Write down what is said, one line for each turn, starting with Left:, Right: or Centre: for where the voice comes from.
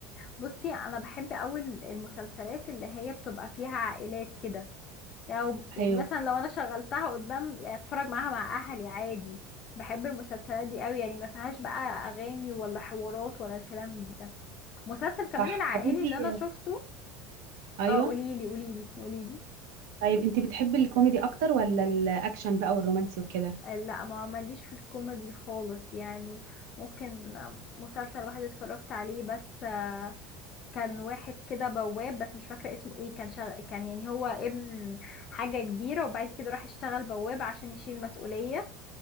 Left: بصي انا بحب قوي المسلسلات اللي هي بتبقى فيها عائلات كده يعني يعني
Right: أيوه
Left: مثلا لو انا شغلتها قدام يعني اتفرج معاها مع اهلي عادي بحب المسلسلات دي قوي يعني ما فيهاش بقى اغاني ولا حوارات ولا الكلام ده مسلسل كمان
Right: صح
Left: العائلي
Right: طب انتي
Left: اللي انا شفته
Right: أيوه
Left: اه قوليلي قوليلي قوليلي
Right: طيب انتي بتحبي الكوميدي أكتر ولا الأكشن بقى والرومانسي وكده
Left: آه، لا ما ماليش في الكوميدي خالص يعني ممكن آه، مسلسل واحد اتفرجت عليه بس آه، كان واحد كده بواب بس مش فاكرة اسمه ايه كان شغ... كان يعني هو ابن حاجة كبيرة وبعد كده راح اشتغل بواب عشان يشيل مسؤولية